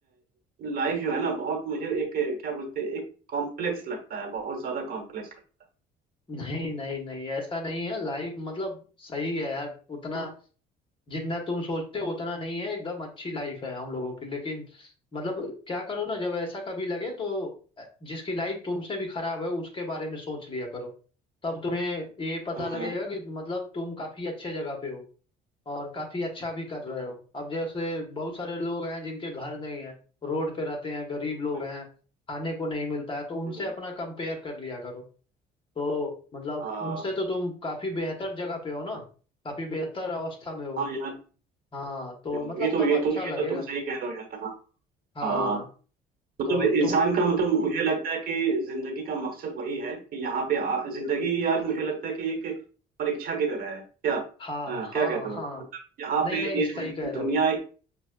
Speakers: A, on the right; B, on the left.
A: लाइफ जो है ना बहुत मुझे एक अ, क्या बोलते हैं एक कॉम्प्लेक्स लगता है बहुत ज्यादा कॉम्प्लेक्स लगता
B: नहीं नहीं नहीं ऐसा नहीं है लाइफ मतलब सही है यार उतना जितना तुम सोचते हो उतना नहीं है एकदम अच्छी लाइफ है हम लोगों की लेकिन मतलब क्या करो ना जब ऐसा कभी लगे तो जिसकी लाइफ तुमसे भी खराब है उसके बारे में सोच लिया करो तब तुम्हें ये पता
A: है हम्म,
B: लगेगा कि मतलब तुम काफी अच्छे जगह पे हो और काफी अच्छा भी कर रहे
A: हम्म,
B: हो अब जैसे बहुत सारे लोग हैं जिनके घर नहीं है रोड पे रहते हैं गरीब लोग
A: हम्म,
B: हैं खाने को नहीं मिलता है तो उनसे
A: हम्म,
B: अपना कंपेयर कर लिया करो तो मतलब
A: हाँ
B: उनसे तो तुम काफी बेहतर जगह पे हो ना काफी बेहतर अवस्था में हो
A: हाँ यार
B: हाँ तो
A: ये
B: मतलब
A: तो
B: तब
A: ये
B: अच्छा
A: तो ये
B: लगेगा
A: तो तुम सही कह रहे हो यार हाँ
B: हाँ
A: हाँ। मतलब
B: तो
A: इंसान
B: तुम
A: का मतलब मुझे लगता है कि जिंदगी का मकसद वही है कि यहाँ पे आ, जिंदगी यार मुझे लगता है कि एक परीक्षा की तरह है क्या
B: हाँ
A: हाँ,
B: हाँ
A: क्या कहते हो
B: हाँ
A: मतलब यहाँ
B: नहीं
A: पे
B: नहीं
A: ये
B: सही
A: दु-
B: कह रहे
A: दुनिया
B: हो